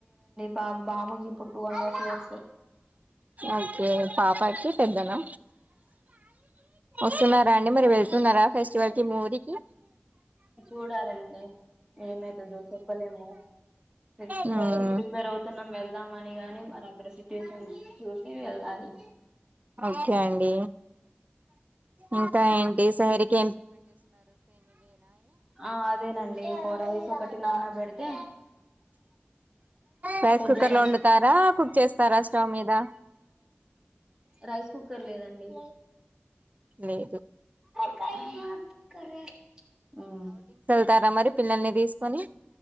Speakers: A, on the right; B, on the right.
A: బాబు బాబుకి టూ అండ్ హాఫ్ ఇయర్స్ ఏ
B: ఓకే పాపాయి కి పెద్దనా వస్తున్నారా అండి మరి వెళ్తున్నారా ఫెస్ట్ చివరికి మూరికి
A: చూడాలని ఉంది ఏమైతదో చెప్పలేము నెక్స్ట్
B: మ్మ్
A: టన్త్ కి ప్రిపేర్ అవుతున్నామ్ వెళ్దామని గాని మరి అక్కడ సిట్యూటిని చూసి వెళ్ళాలి
B: ఓకే అండి ఇంకా
A: ఉమ్
B: ఏంటి సహేరికి
A: ఆ అదేనండి ఒక రైస్ ఒకటి నానా పెడితే
B: రైస్
A: పొద్దున్న
B: కుక్కర్ లో వండుతారా కుక్ చేస్తారా స్టవ్ మీద
A: రైస్ కుక్కర్ లేదండి
B: లేదు
A: హ్మ
B: తారా మరి పిల్లల్ని తీసుకొని